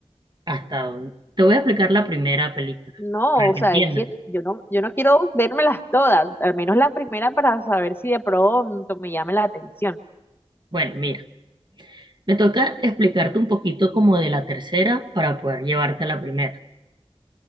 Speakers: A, on the right; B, on the left.
A: Hasta dónde. Te voy a explicar la primera película
B: No,
A: para
B: o
A: que
B: sea,
A: entiendas.
B: es que yo no, yo no quiero vérmelas todas, al menos la primera para saber si de pronto me llame la atención.
A: Bueno, mira, me toca explicarte un poquito como de la tercera para poder llevarte a la primera.